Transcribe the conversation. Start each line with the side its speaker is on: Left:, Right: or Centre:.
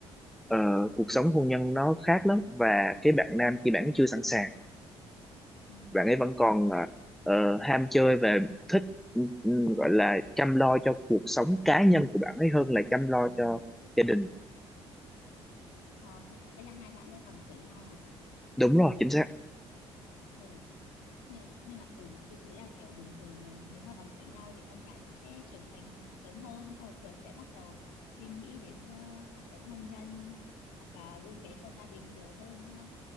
Centre: ờ, cuộc sống hôn nhân nó khác lắm và cái bạn nam kia bạn ấy chưa sẵn sàng
Left: Ừ.
Centre: bạn ấy vẫn còn à, ờ, ham chơi và thích ừ, ừ, gọi là chăm lo cho cuộc sống cá nhân của bạn ấy hơn là chăm lo
Left: Ừ.
Centre: cho gia đình
Left: Ờ, thế, thế là hai bạn ấy bằng tuổi nhau à?
Centre: đúng rồi chính xác
Left: Ồ, nhưng, nhưng mà ừ tôi thấy là kiểu bình thường ờ, nếu mà bằng tuổi nhau thì con gái cũng sẽ trưởng thành sớm hơn xong rồi thường sẽ bắt đầu suy nghĩ đến ờ, cuộc sống hôn nhân hoặc là vun vén cho gia đình nhiều hơn nữa ha